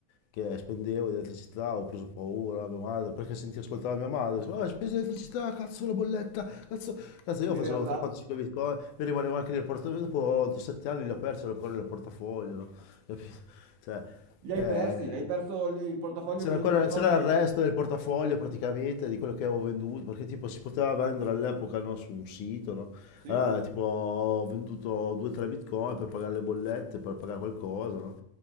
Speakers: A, on the left; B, on the right.
A: che spendevo di elettricità, ho preso paura, mia madre, perché senti ascoltava mia madre, diceva, "Ah, spese di elettricità, cazzo la bolletta, cazzo, cazzo io
B: In
A: facevo
B: realtà.
A: 3, 4, 5 bitcoin, mi rimaneva anche nel portafoglio, dopo 7 anni li ho persi, ero ancora nel portafoglio, no? Capito? Cioè,
B: Li hai
A: eh,
B: persi? Hai perso il il portafoglio,
A: c'era
B: che-
A: ancora
B: i codici?
A: c'era il resto del portafoglio praticamente di quello che avevo venduto, perché tipo si poteva vendere all'epoca no, su un sito, no?
B: Sì?
A: Allora, tipo ho venduto 2-3 bitcoin per pagare le bollette, per pagare qualcosa, no?